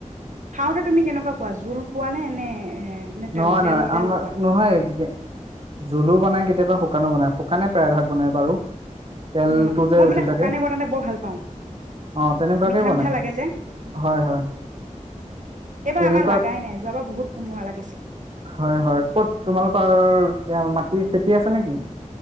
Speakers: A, on the right (about 70°); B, on the right (about 45°).
A: খাওতে তুমি কেনেকুৱা পোৱা? জোল পোৱা নে? নে? এ নে তেল
B: নহয়
A: তেল
B: নহয়।
A: তেল
B: আমাৰ,
A: পোৱা
B: নহয় জুলো বনায় কেতিয়া কেতিয়াবা শুকানো বনায়, শুকানে প্ৰায়ভাগ বনায় বাৰু। তেলটো
A: উম
B: যে
A: মই
B: উঠি
A: মানে
B: থাকে
A: শুকানে বিনালে বৰ ভাল পাও।
B: অ তেনেকুৱাকে
A: মিঠা-মিঠা
B: বনাই
A: লাগে যে,
B: হয় হয়
A: এইবাৰ
B: তেনেকুৱা
A: আমাৰ লগাই নাই। যোৱাবাৰ বহুত কোমোৰা লাগিল।
B: হয় হয়। ক'ত তোমালোকৰ? এতিয়া মাটিৰ খেতি আছে নেকি?